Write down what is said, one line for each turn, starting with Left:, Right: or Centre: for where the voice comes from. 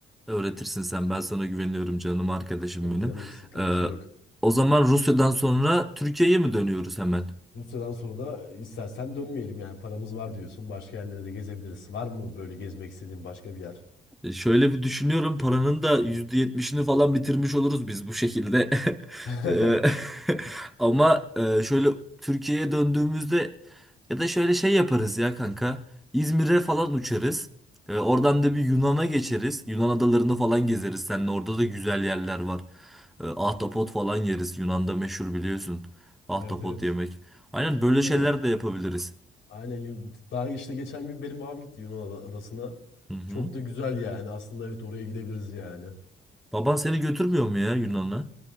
Centre: öğretirsin sen? Ben sana güveniyorum canım arkadaşım
Left: Tabii
Centre: benim.
Left: canım sıkıntı
Centre: Ee,
Left: yok.
Centre: o zaman Rusya'dan sonra Türkiye'ye mi dönüyoruz hemen?
Left: Bu süreden sonra da istersen dönmeyelim yani. Paramız var diyorsun. Başka yerlere de gezebiliriz. Var mı böyle gezmek istediğin başka bir yer?
Centre: E, Şöyle bir düşünüyorum paranın da %70'ini falan bitirmiş oluruz biz bu şekilde. <laughs>
Left: <laughs>
Centre: E, <laughs> Ama e, şöyle Türkiye'ye döndüğümüzde ya da şöyle şey yaparız ya kanka. İzmir'e falan uçarız. E, Oradan da bir Yunan'a geçeriz. Yunan adalarını falan gezeriz. Seninle orada da güzel yerler var. E, Ahtapot falan yeriz. Yunan'da meşhur biliyorsun. Ahtapot
Left: Evet evet.
Centre: yemek. Aynen böyle
Left: Ve Yunan,
Centre: şeyler de yapabiliriz.
Left: Aynen Yun- daha işte geçen gün benim babam gitti Yunan ada- adasına.
Centre: Hı hı.
Left: Çok da güzel yani. Aslında evet oraya gidebiliriz yani.
Centre: Baban seni götürmüyor mu ya Yunan'a?